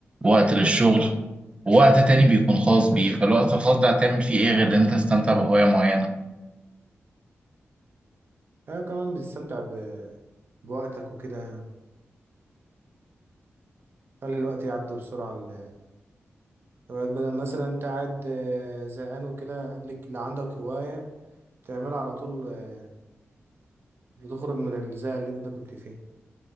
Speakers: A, on the right (about 25°); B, on the right (about 50°).
A: ووقت للشغل ووقت تاني بيكون خاص بيه فالوقت الخاص ده هتعمل فيه إيه غير إن أنت تستمتع بهواية معينة
B: أيوة كمان بتستمتع ب... بوقتك وكده يعني. خلي الوقت يعدي بسرعة ال- الهوايات بدل مثلا أنت قاعد آه، زهقان وكده ليك اللي عندك هواية تعملها على طول آه، بتخرج من الزهق اللي أنت كنت فيه